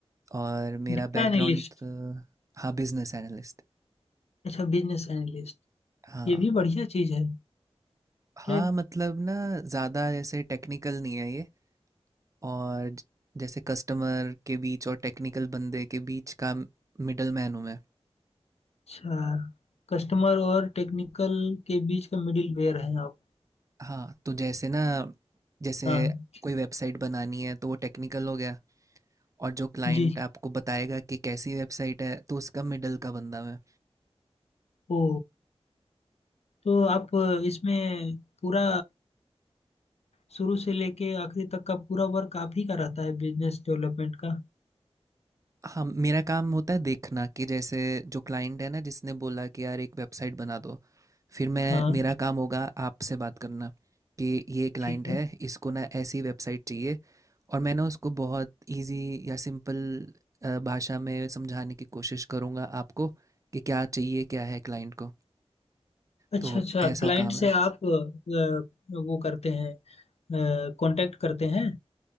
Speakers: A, on the right (about 30°); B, on the left (about 70°).
A: और मेरा
B: डेटा
A: बैकग्राउंड
B: एनालिस्ट
A: हाँ बिजनेस एनालिस्ट
B: अच्छा बिजनेस एनालिस्ट
A: हाँ
B: ये भी बढ़िया
A: औ-
B: चीज है
A: हाँ
B: क्या
A: मतलब ना ज़्यादा जैसे टेक्निकल नहीं है ये और ज- जैसे कस्टमर के बीच और टेक्निकल बंदे के बीच का मिडल मैन हूँ मैं
B: अच्छा कस्टमर और टेक्निकल के बीच का मिडिल वेयर है आप
A: हाँ तो जैसे ना जैसे
B: हाँ
A: कोई वेबसाइट बनानी है तो वो टेक्निकल हो गया और जो क्लाइंट
B: जी जी
A: आपको बताएगा कि कैसी वेबसाइट है तो उसका मिडल का बंदा मैं
B: ओ तो आप इसमें पूरा शुरू से लेके आखिरी तक का पूरा वर्क आप ही का रहता है बिजनेस डेवलपमेंट का
A: हम मेरा काम होता है देखना कि जैसे जो क्लाइंट है ना जिसने बोला कि यार एक वेबसाइट बना दो फिर
B: हाँ
A: मैं मेरा काम होगा आपसे बात करना कि ये क्लाइंट
B: ठीक है
A: है इसको ना ऐसी वेबसाइट चाहिए और मैं ना उसको बहुत इजी या सिंपल भाषा में समझाने की कोशिश करूँगा आपको कि क्या चाहिए क्या है क्लाइंट को
B: अच्छा
A: तो
B: अच्छा
A: ऐसा
B: क्लाइंट
A: काम
B: से
A: है
B: आप अ, वो करते हैं कांटेक्ट करते हैं